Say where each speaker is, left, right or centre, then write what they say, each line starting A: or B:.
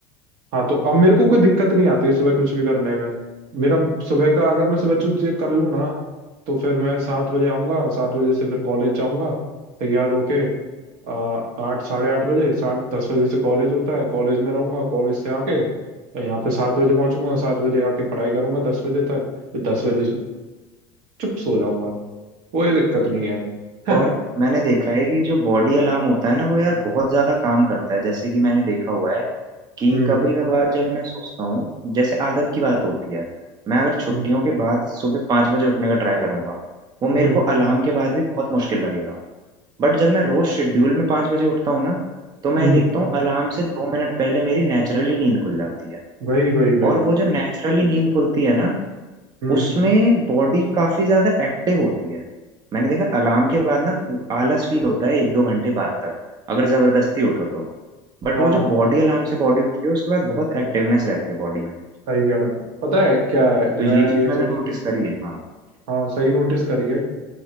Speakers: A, on the right; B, on the right.
A: हाँ तो अब मेरे को कोई दिक्कत नहीं आती है सुबह कुछ भी करने में मेरा सुबह का अगर मैं सुबह कुछ कर लूँ ना तो फिर मैं सात बजे आऊँगा सात बजे से फिर कॉलेज जाऊँगा तैयार होके आ, आठ साढ़े आठ बजे साढ़े दस बजे से कॉलेज होता है कॉलेज में रहूँगा कॉलेज से आके यहाँ पे सात बजे पहुँचूंगा सात बजे आके पढ़ाई करूँगा दस बजे तक फिर दस बजे से चुप सो जाऊँगा कोई दिक्कत नहीं है
B: और
A: <laughs>
B: मैंने देखा है कि जो बॉडी अलार्म होता है ना वो यार बहुत ज्यादा काम करता है जैसे कि मैंने देखा हुआ है कि
A: हम्म
B: कभी कभार जब मैं सोचता हूँ जैसे आदत की बात होती है मैं अगर छुट्टियों
A: हम्म
B: के बाद सुबह पाँच बजे उठने का ट्राई करूंगा वो मेरे
A: हम्म
B: को अलार्म के बाद भी बहुत मुश्किल लगेगा बट जब मैं रोज शेड्यूल में पाँच बजे उठता हूँ ना तो मैं
A: हम्म,
B: ये देखता हूँ अलार्म से दो मिनट पहले मेरी नेचुरली नींद खुल जाती है
A: वही वही वही
B: और वो जो नेचुरली नींद खुलती है ना
A: हम्म
B: उसमें बॉडी काफी ज्यादा एक्टिव होती है मैंने देखा अलार्म के बाद ना पू- आलस फील होता है एक दो घंटे बाद तक अगर जबरदस्ती उठो तो बट
A: हाँ
B: वो जो बॉडी अलार्म से बॉडी उठती है उसके बाद बहुत एक्टिवनेस रहती है बॉडी में
A: सही कह रहा हूँ पता है क्या है मैं
B: तो ये चीज
A: ये
B: मैंने
A: सोच
B: नोटिस करी है हाँ
A: हाँ सही नोटिस करी है